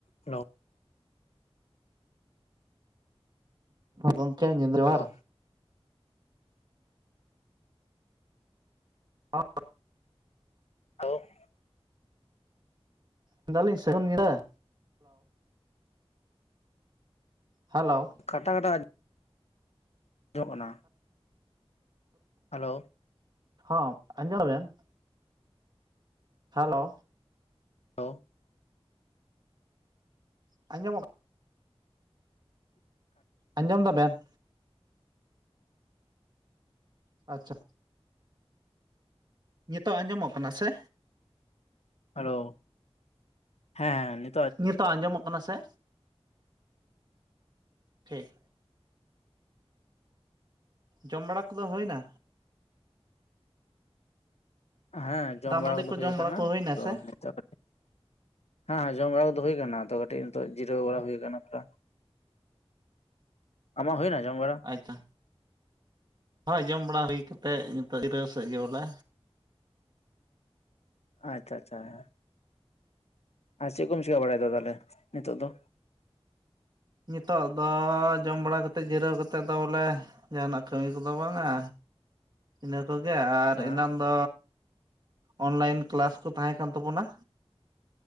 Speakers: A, on the left (about 85°); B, on the right (about 45°).
A: ᱱᱚ
B: ᱜᱚᱝᱠᱮ ᱧᱤᱫᱟ ᱡᱚᱦᱟᱨ
A: ᱦᱮᱞᱳ
B: ᱦᱚ
A: <unintelligible>
B: ᱢᱮᱱᱫᱟᱞᱤᱧ ᱥᱟᱹᱜᱩᱱ ᱧᱤᱫᱟᱹ ᱦᱮᱞᱳ
A: ᱠᱟᱴᱟ ᱠᱟᱴᱟ ᱟᱡ ᱡᱚᱢᱚᱜ ᱠᱟᱱᱟ᱾ ᱦᱮᱞᱳ
B: ᱦᱚᱸ ᱟᱡᱚᱢᱮᱜ ᱟᱢ ᱦᱮᱞᱳ
A: ᱦᱮᱞᱳ
B: ᱟᱸᱡᱚᱢᱚᱜ ᱟᱸᱡᱚᱢ ᱫᱟᱵᱮᱱ ᱟᱪᱪᱷᱟ ᱱᱤᱛᱚᱜ ᱟᱸᱡᱚᱢᱚᱜ ᱠᱟᱱᱟ ᱥᱮ?
A: ᱦᱮᱞᱳ ᱦᱮᱸ ᱱᱤ
B: ᱱᱤᱛᱚᱜ ᱟᱸᱡᱚᱢᱚᱜ ᱠᱟᱱᱟ ᱥᱮ? ᱴᱷᱤᱠ ᱡᱚᱢ ᱵᱟᱲᱟ ᱠᱚᱫᱚ ᱦᱩᱭᱱᱟ?
A: ᱦᱮᱸ ᱡᱚᱢ
B: ᱫᱟᱜ
A: ᱵᱟᱲᱟ
B: ᱢᱟᱹᱰᱤ
A: ᱠᱚᱫᱚ
B: ᱠᱚ
A: ᱦᱩᱭ
B: ᱡᱚᱢ
A: ᱟᱠᱟᱱᱟ
B: ᱵᱟᱲᱟ ᱠᱚ ᱦᱩᱭᱱᱟ
A: ᱛᱚ
B: ᱥᱮ
A: ᱱᱤᱛᱚᱜ ᱠᱟᱹᱴᱤᱡ ᱦᱮᱸ ᱦᱮ ᱡᱚᱢ ᱵᱟᱲᱟ ᱠᱚ ᱫᱚ ᱦᱩᱭ ᱟᱠᱟᱱᱟ᱾ ᱟᱫᱚ ᱠᱟᱹᱴᱤᱡ ᱱᱤᱛᱚᱜ ᱡᱤᱨᱟᱹᱣ ᱵᱟᱲᱟ ᱦᱩᱭ ᱟᱠᱟᱱᱟ ᱛᱟᱨᱯᱚᱨᱮ ᱟᱢᱟᱜ ᱦᱩᱭᱱᱟ ᱡᱚᱢ ᱵᱟᱹᱲᱟ
B: ᱟᱪᱪᱷᱟ ᱦᱳᱭ ᱡᱚᱢ ᱵᱟᱲᱟ ᱦᱩᱭ ᱠᱟᱛᱮᱫ ᱱᱤᱛᱚᱜ ᱡᱤᱨᱟᱹᱣ ᱥᱮᱫ ᱜᱮ ᱵᱚᱞᱮ
A: ᱟᱪᱪᱷᱟ ᱟᱪᱪᱷᱟ ᱟᱨ ᱪᱮᱫ ᱠᱚᱢ ᱪᱮᱠᱟ ᱵᱟᱲᱟᱭᱮᱫᱟ ᱛᱟᱦᱚᱞᱮ ᱱᱤᱛᱚᱜ ᱫᱚ
B: ᱱᱤᱛᱚᱜ ᱫᱚ ᱡᱚᱢ ᱵᱟᱲᱟ ᱠᱟᱛᱮᱫ ᱡᱤᱨᱟᱹᱣ ᱠᱟᱛᱮᱫ ᱫᱚ ᱵᱚᱞᱮ ᱡᱟᱦᱟᱱᱟᱜ ᱠᱟᱹᱢᱤ ᱠᱚᱫᱚ ᱵᱟᱝ ᱟ ᱤᱱᱟᱹ ᱠᱚᱜᱮ ᱟᱨ
A: ᱦᱮᱸ
B: ᱮᱱᱟᱱ ᱫᱚ ᱚᱱᱞᱟᱭᱤᱱ ᱠᱞᱟᱥ ᱠᱚ ᱛᱟᱦᱮᱸ ᱠᱟᱱ ᱛᱟᱵᱚᱱᱟ᱾